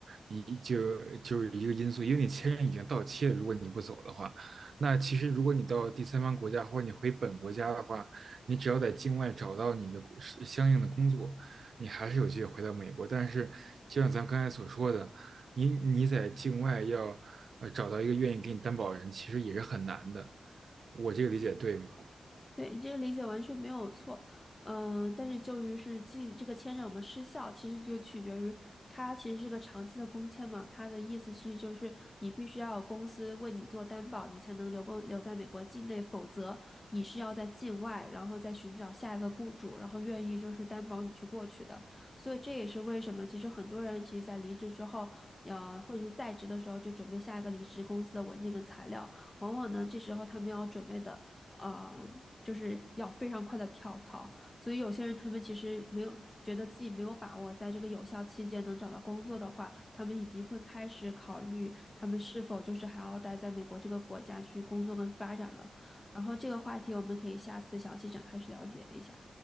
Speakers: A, on the right (about 70°); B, on the left (about 20°).
A: 一就就是一个因素，因为你签证已经到期了，如果你不走的话，那其实如果你到第三方国家或者你回本国家的话，你只要在境外找到你的工是相应的工作，你还是有机会回到美国。但是就像咱们刚才所说的，你你在境外要呃找到一个愿意给你担保人，其实也是很难的。我这个理解对吗？
B: 对，你这个理解完全没有错，嗯、但是就于是进这个签证我们失效，其实就取决于它其实是个长期的工签嘛，它的意思其实就是你必须要有公司为你做担保，你才能留公留在美国境内，否则你是要在境外，然后再寻找下一个雇主，然后愿意就是担保你去过去的。所以这也是为什么其实很多人其实在离职之后，呃，或者是在职的时候就准备下一个离职公司的文件跟材料，往往呢这时候他们要准备的。呃，就是要非常快的跳槽。所以有些人他们其实没有觉得自己没有把握在这个有效期间能找到工作的话，他们已经会开始考虑他们是否就是还要待在美国这个国家去工作跟发展了。然后这个话题我们可以下次详细展开去了解一下。